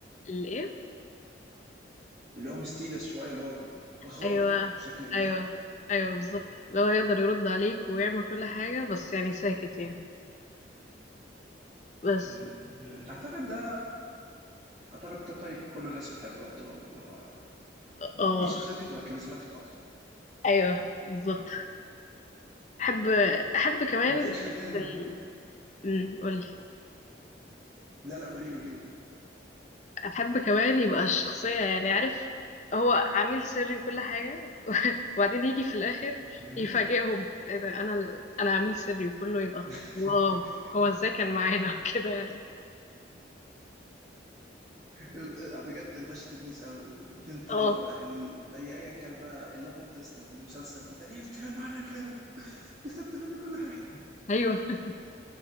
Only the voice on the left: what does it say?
الايه
ايوه
ايوه
ايوه بالظبط لو هيقدر يرد عليك ويعمل كل حاجه بس يعني ساكت يعني بس
اه
ايوه بالظبط احب احب كمان
ال... أمم، قولي
احب كمان يبقى الشخصيه يعني عارف هو عميل سري وكل حاجه <laughs> وبعدين يجي في الاخر
يفاجئهم ايه ده انا ال... انا عميل سري وكله يبقى
واو هو ازاي كان معانا <laughs> كده يعني
اه
ايوه <laughs>